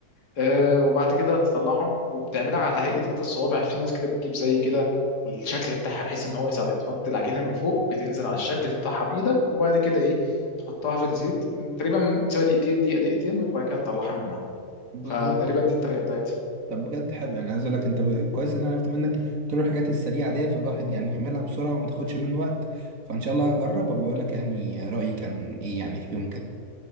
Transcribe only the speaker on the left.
آه، وبعد كده تطلعهم وبتعملها على هيئه انت الصوابع يعني في ناس كده بتجيب زي كده الشكل بتاعها بحيث ان هو يساعدك تحط العجينه من فوق بتنزل على الشكل تقطعها بايدك وبعد كده ايه تحطها في الزيت م، تقريبا تسيبها دقيقتين دقيقه دقيقتين وبعد كده تطلعها منها
فتقريبا دي الطريقه بتاعتها